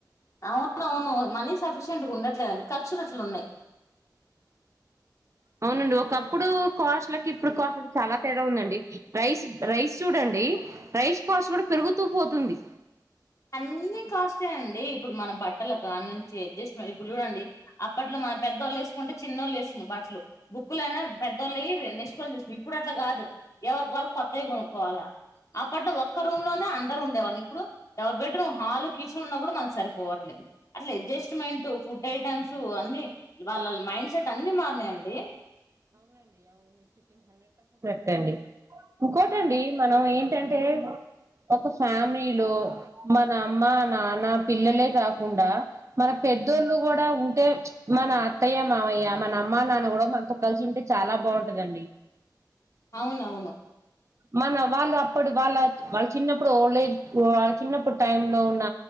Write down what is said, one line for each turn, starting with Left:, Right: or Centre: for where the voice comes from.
Left: అవును అవును మనీసఫీస్ ఉండట్లేదండి ఖర్చులట్ట ఉన్నాయి
Right: అవునండి ఒకప్పుడు కాస్ట్లకి ఇప్పుడు కాస్ట్లకి చాలా తేడా ఉందండి రైస్ రైస్ చూడండి రైస్ కాస్ట్ కూడా పెరుగుతూ పోతుంది
Left: అన్ని కాస్టే అండి ఇప్పుడు మన బట్ లాగా నుంచి అడ్జస్ట్ ఇప్పుడు చూడండి అప్పట్లో మన పెద్దోళ్ళు వేసుకుంటే చిన్నోళ్ళు వేసుకునే బట్లు బుక్కులైనా పెద్దోళ్ళయి నెక్స్టోళ్ళు చూసినం ఇప్పుడు అట్లా కాదు ఎవరి వాళు కొత్తవి కొనుక్కోవాలి అప్పట్లో ఒక్క రూమ్ లోనే అందరు ఉండేవాళ్ళు ఇప్పుడు డబల్ బెడ్రూమ్ హాలు కిచెన్ ఉన్నా కూడా మనకు సరిపోవట్లేదు అట్లా అడ్జస్ట్మెంట్ ఫుడ్ ఐటెమ్స్ అన్ని వాళ్ళ మైండ్ సెట్ అన్ని మారినయండి
Right: అంతేయండి ఇకోట అండి మనం ఏం ఏంటంటే ఒక ఫ్యామిలీలో మన అమ్మ నాన్న పిల్లలే కాకుండా మన పెద్దోళ్ళు కూడా ఉంటే మన అత్తయ్య మామయ్య మన అమ్మ నాన్న కూడా మనతో కలిసి ఉంటే చాలా బాగుంటందండి
Left: అవును అవును
Right: మన వాళ్ళు అప్పుడు వాళ్ళ వాళ్ళ చిన్నప్పుడు ఓల్టేజ్ వాళ్ళ చిన్నప్పుడు టైమ్ లో ఉన్న